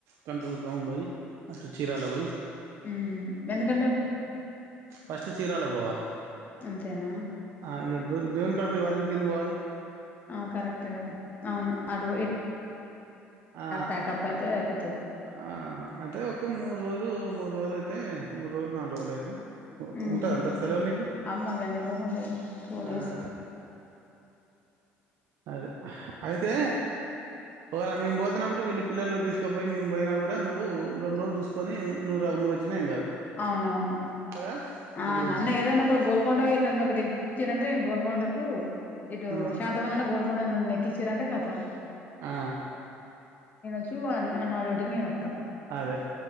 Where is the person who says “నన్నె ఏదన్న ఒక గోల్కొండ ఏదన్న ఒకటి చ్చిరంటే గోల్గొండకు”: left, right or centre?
Left